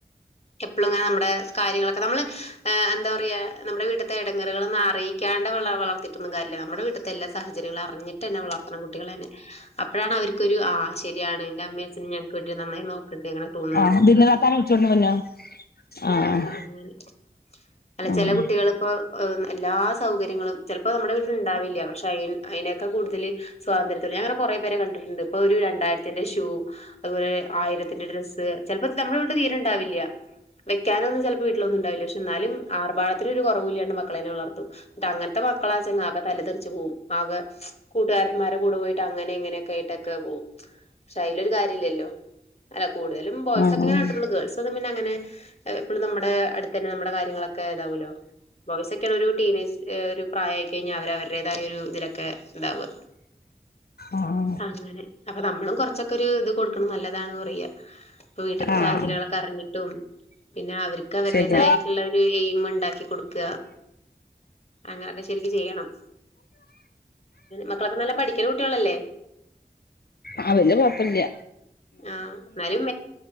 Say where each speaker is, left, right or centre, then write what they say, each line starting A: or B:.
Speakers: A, on the left; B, on the left.
A: എപ്പളും ഇങ്ങനെ നമ്മുടെ കാര്യങ്ങളൊക്കെ നമ്മള് ആഹ് എന്താറയാ നമ്മുടെ വീട്ടിത്തെ ഇടങ്ങേറ്കളൊന്നു അറിയിക്കാണ്ട് വള വളർത്തീട്ടൊന്നും കാര്യല്ല. നമ്മുടെ വീട്ടിത്തെ എല്ലാ സാഹചര്യങ്ങളും അറിഞ്ഞിട്ട്ന്നെവളർത്തണം കുട്ടികളെന്നെ അപ്പഴാണ് അവര് ക്കൊരു ആ ശരിയാണ് എന്റെ അമ്മീം അച്ഛനും ഞങ്ങക്ക് വേണ്ടി നന്നായി നോക്ക്‌ണ്ട് അങ്ങനെ തോന്നുള്ളൂ
B: ആഹ് ദിൽന താത്താനെ വിളിച്ചോണ്ട് വന്നോ ആഹ്
A: അങ്ങനെ അല്ല
B: ആഹ്
A: ചെല കുട്ടികളിപ്പോ എല്ലാ സൗകര്യങ്ങളും ചിലപ്പോ നമ്മുടെ വീട്ടിലുണ്ടാവില്ല പക്ഷെ അ അതിനേക്കാൾ കൂടുതൽ സ്വാതന്ത്ര്യത്തില് ഞാനങ്ങനെ കുറേ പേരെ കണ്ടിട്ടുണ്ട് ഇപ്പൊ ഒരു രണ്ട് രണ്ടായിരത്തിന്റെ ഷൂ അതുപോലെ ആയിരത്തിന്റെ ഡ്രസ്സ് ചിലപ്പോ നമ്മുടെ വീട്ടില് തീരെണ്ടാവില്ല വെയ് ക്കാനൊന്നും ചിലപ്പൊ വീട്ടി ലൊന്നുംണ്ടാകില്ല പക്ഷെ എന്നാലും ആർബാഡ ത്തിനും കുറവൂല്ലാണ്ട് മക്കളെ നെ വളർത്തും ത അങ്ങനത്തെ മക്കളാച്ച ആകെ തല തെറി- ച്ച് പോകും ആകെ കൂട്ടുകാരന്മാരെ കൂടെ പോയിട്ട് അങ്ങനെ ഇങ്ങനെയൊക്കെ ആയിട്ടൊക്കെ പോകും പക്ഷെ അയ്ലൊരു കാര്യല്ലല്ലോ അല്ല കൂടുതലും ബോയ്സൊക്കെ
B: ആഹ്
A: ക്കെങ്ങെനെ കാട്ടുള്ളൂ ഗേൾസ് ഒന്നും അങ്ങനെ എപ്പളും നമ്മുടെ അടുത്തന്നെ നമ്മടെ കാര്യങ്ങളൊക്കെ ഇതാവോല്ലോ ബോയ്സങ്ങനെ ഒരു ടീനേജ് ന്റെ ഒരു പ്രായായി കഴിഞ്ഞാൽ അവര് അവരുടേതായ ഒരു ഇതിലൊക്കെ ഉണ്ടാവുക
B: ആഹ്
A: അങ്ങനെ അപ്പൊ നമ്മളും കൊറച്ചൊക്കെ ഒരു ഇത് കൊടുക്കണം നല്ലതാണ് പറയ ഇപ്പൊ വീട്ടിത്തെ
B: ആഹ്
A: സാഹചര്യങ്ങളൊക്കെ അറിഞ്ഞിട്ടും പിന്നെ അവർ ക്ക്അവരുടേതായിട്ടുള്ള
B: ശരി
A: ഒരു എയിം ഉണ്ട് ണ്ടാക്കി കൊടുക്ക അങ്ങനൊക്കെ ശരിക്ക് ചെയ്യണം മക്കളൊക്കെ നല്ല പഠിക്ക്‌ ണ കു കുട്ടികളല്ലേ
B: ആ വല്യ കുഴപ്പല്ല
A: ആഎന്നാലും